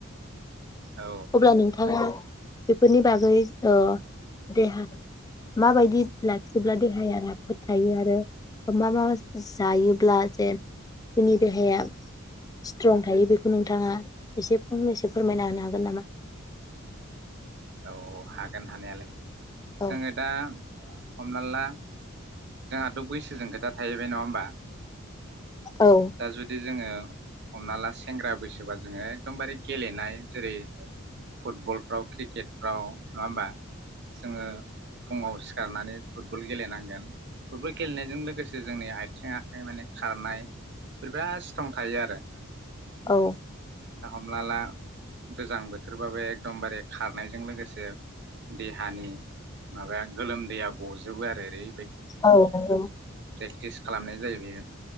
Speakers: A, on the right; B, on the left.
A: औ
B: अब्ला नोंथाङा बेफोरनि बागै अ देहा माबायदि लाखिब्ला देहाया राफोद थायो आरो मा माबा जायोब्ला जे जोंनि देहाया स्ट्रं थायो बेखौ नोंथाङा एसे फंनैसो फोरमायना होनो हागोन नामा?
A: औ हागोन हानायालाय।
B: औ
A: जोङो दा हमना ला जोंहाथ बैसोजों खोथा थाहैबाय नङा होम बा
B: औ
A: दा जुदि जोङो हमना ला सेंग्रा बैसोबा जोङो एखदमबारे गेलेनाय जेरै फुटबलफ्राव क्रिकेटफ्राव नङा होमबा जोङो फुङाव सिखारनानै फुटबल गेलेनांगोन। फुटबल गेलेनायजों लोगोसे जोंनि आइ आथिं आखाइ माने खारनाय बेफोर बिराद स्ट्रं थायो आरो
B: औ
A: दा हमना ला गोजां बोथोरबाबो एकदमबारे खारनायजों लोगोसे देहानि माबाया गोलोमदैया गजोबो आरो ओरै
B: औ नंगौ।
A: प्रेक्टिस खालामनाय जायो बेयो